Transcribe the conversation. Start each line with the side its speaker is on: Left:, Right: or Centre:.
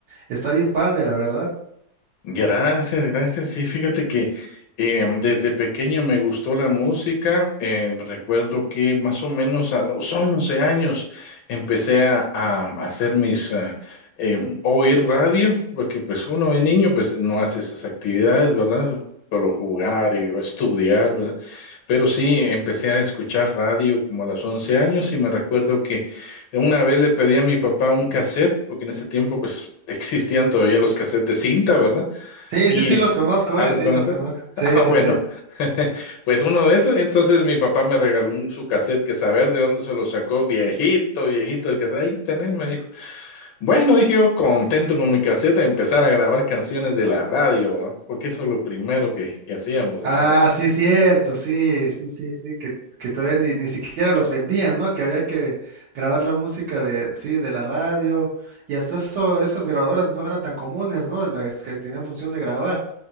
Right: Está bien padre, la verdad.
Left: Gracias, gracias. Sí, fíjate que em, desde pequeño me gustó la música. Em, recuerdo que más o menos a los 11 años empecé a, a hacer mis, ah, em, oír radio, porque pues uno de niño pues no hace esas actividades, ¿verdad? Solo jugar y estudiar, ¿verdad? Pero sí, empecé a escuchar radio como a los 11 años y me recuerdo que una vez le pedí a mi papá un cassette, porque en ese tiempo pues <laughs> existían todavía los cassettes de cinta, ¿verdad?
Right: Sí,
Left: Y,
Right: sí, sí, los conozco,
Left: ¿ah,
Right: eh,
Left: los
Right: sí,
Left: conoces?
Right: los conozco.
Left: <laughs>
Right: Sí,
Left: Ah,
Right: sí,
Left: bueno,
Right: sí.
Left: <laughs> pues uno de esos. Entonces mi papá me regaló un su cassette que saber de dónde se lo sacó, viejito, viejito, el cassette. Ahí tenés, me dijo. Bueno, dije yo, contento con mi cassette, a empezar a grabar canciones de la radio, ¿va? Porque eso es lo primero que, que hacíamos,
Right: Ah,
Left: ¿va?
Right: sí, cierto, sí, sí, sí, sí, que, que todavía ni, ni siquiera los vendían, ¿no? Que había que grabar la música de, sí, de la radio, y hasta eso, esas grabadoras no eran tan comunes, ¿no? Las que tenían función de grabar.